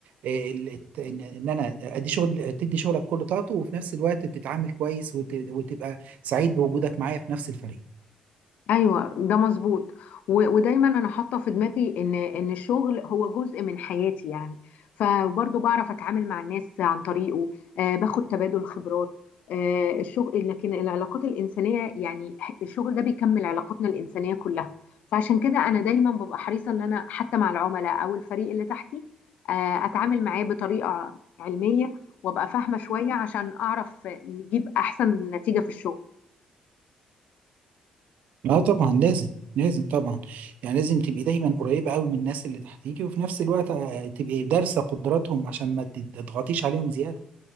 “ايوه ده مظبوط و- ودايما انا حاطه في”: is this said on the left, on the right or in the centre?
Left